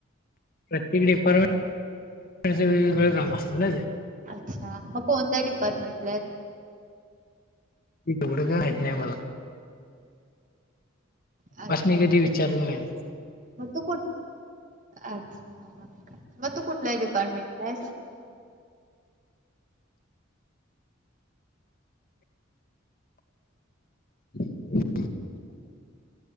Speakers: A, on the left; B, on the right.
A: प्रत्येक डिपार्टमेंटच वेगवेगळं काम असतं ना जे
B: अच्छा मग कोणत्या डिपार्टमेंटला?
A: एवडं का माहीत नाही मला
B: अच्छा
A: पास म कधी विचारलं. नाही
B: मग तठ अच्छा मग तू कुठला डिपार्टमेंट बस.
A: <unintelligible>